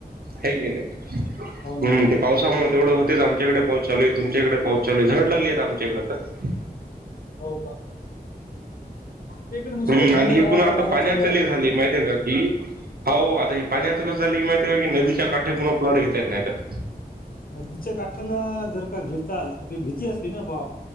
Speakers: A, on the right (about 70°); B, on the left (about 65°).
A: ह नाही हम्म,
B: हो ना हो ना
A: ते पावसामुळे तेवढं होतेच आम च्याकडे पाो चालय तुमच्याकडे पाचचालय झड लागली आमच्याकडे तर,
B: हो का? आमच्या इकडे नुसतं
A: हम्म
B: थंडगार
A: आणि हे पुन्हा आता
B: वारं
A: पाण्यातले
B: चालू आहे
A: झाले माहिती का? ह हो आता हे पाण्याच कस झाली की माहिती का की नदीच्या काठे पुन्हा प्लॉट घेता येत नाहीतर.
B: नदीच्या काठाला जर का घेचाल तर त भीती असते ना बा.